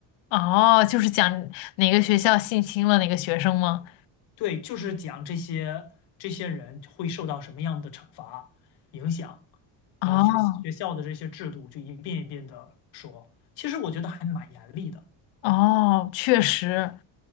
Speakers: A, on the left; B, on the left.
A: 哦，就是讲哪个学校性侵了哪个学生吗？
B: 对，就是讲这些这些人会受到什么样的惩罚影响，
A: 哦，
B: 然后学学校的这些制度就一遍一遍的说。其实我觉得还蛮严厉的。
A: 哦，确实，